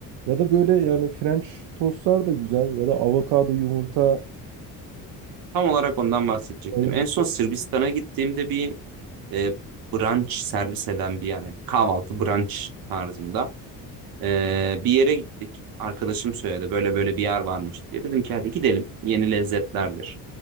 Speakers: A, on the right (about 85°); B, on the right (about 70°).
A: Ya da böyle yani French tostlar da güzel ya da avokado yumurta
B: Tam olarak ondan bahsedecektim.
A: öyle
B: En
A: bir
B: son
A: tost.
B: Sırbistan'a gittiğimde bir e, brunch servis eden bir yer. Yani kahvaltı brunch tarzında. E, bir yere gittik. Arkadaşım söyledi böyle böyle bir yer varmış diye. Dedim ki hadi gidelim. Yeni lezzetlerdir.